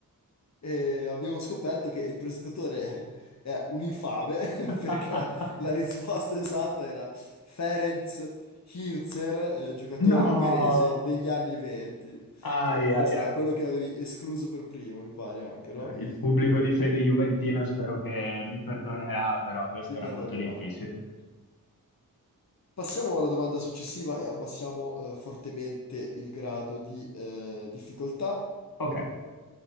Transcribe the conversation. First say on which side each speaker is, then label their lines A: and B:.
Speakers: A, on the left; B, on the left.
A: e abbiamo scoperto che il presentatore è un infame
B: <laughs>
A: <laughs> perché la risposta esatta era Ferenc Hirzer, eh, giocatore
B: No!
A: ungherese degli anni 20,
B: Ai,
A: che forse
B: ai, ai.
A: era quello che avevi escluso per primo, mi pare anche, no?
B: Il pubblico di fede juventina spero che mi perdonerà, però questo
A: Ti
B: era
A: perdoneranno.
B: molto difficile.
A: Passiamo alla domanda successiva e abbassiamo eh, fortemente il grado di eh, difficoltà.
B: Ok,